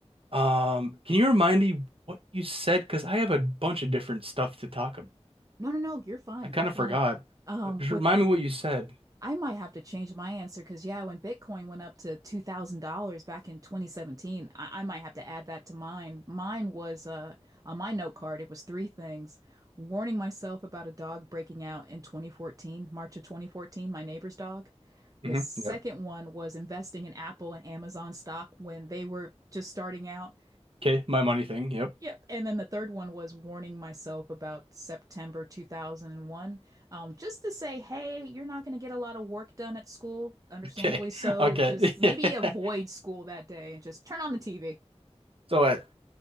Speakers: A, on the right; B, on the right.
A: Um, can you remind me what you said? Because I have a bunch of different stuff to talk about.
B: No, no, no, you're fine.
A: I kind
B: You're fine.
A: of forgot.
B: Um,
A: Uh, Just
B: with
A: remind me what you said.
B: I might have to change my answer because yeah, when Bitcoin went up to $2,000 back in 2017, I, I might have to add that to mine. Mine was uh on my note card, it was three things. Warning myself about a dog breaking out in 2014, March of 2014, my neighbor's dog.
A: hmm
B: The second
A: Yep.
B: one was investing in Apple and Amazon stock when they were just starting out.
A: Okay, my money thing. Yep.
B: Yep. And then the third one was warning myself about September 2001, um, just to say, hey, you're not going to get a lot of work done at school, understandably
A: Okay.
B: so.
A: <laughs> Okay.
B: Just maybe
A: <laughs>
B: avoid school that day and just turn on the TV.
A: So what?